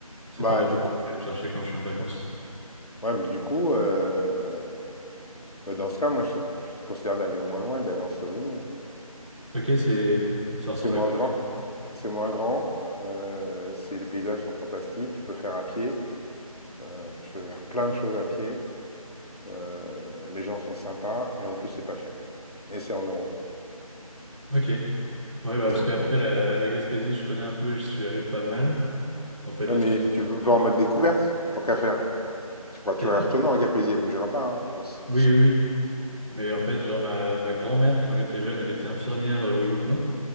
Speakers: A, on the right; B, on the left.
A: c'est
B: Bah,
A: pas vraiment
B: du
A: ce que
B: coup,
A: je vais aller chercher quand je suis en vacances.
B: ouais, mais du coup, euh, bah, dans ce cas, moi, je, je considère d'aller moins loin et d'aller en Slovénie. hein.
A: Ok, c'est, ça ressemble
B: C'est moins
A: à quoi?
B: grand,
A: la Gaspésie
B: c'est moins grand. euh, c'est, les paysages sont fantastiques. Tu peux faire à pied. euh, tu peux faire plein de choses à pied. euh, les gens sont sympas et en plus, c'est pas cher. Et c'est en euros.
A: Ok. Ouais, bah,
B: <laughs> Donc,
A: parce qu'après,
B: ouais.
A: la, la Gaspésie, je connais un peu, j'y suis allé pas mal. En fait,
B: Ouais,
A: l'histoire,
B: mais
A: c'est-
B: tu veux- vas
A: euh,
B: en mode découverte, tant qu'à faire. Tu pourras toujours
A: t'as dit quoi
B: retourner en Gaspésie, elle bougera pas, hein, je pense.
A: Oui, oui, oui. Mais en fait, genre, ma, ma grand-mère, quand elle était jeune, elle était infirmière euh, au Yukon.